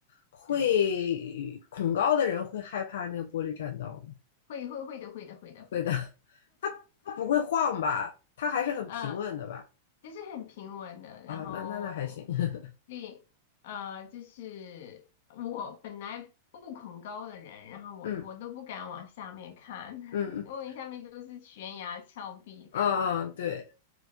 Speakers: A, on the left; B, on the left.
A: 会恐高的人会害怕那个玻璃栈道吗？
B: 对，会会会的，会的，会的，会的。
A: 会的，<laughs> 它它不会晃吧？它还是很平稳的吧？
B: 呃，就是很平稳的，然后
A: 啊，那那那还行。<laughs>
B: 对，呃，就是我本来不恐高的人，然后我我都不敢往下面看，
A: 嗯嗯嗯
B: <laughs> 因为下面都是悬崖峭壁这样子，
A: 啊，对，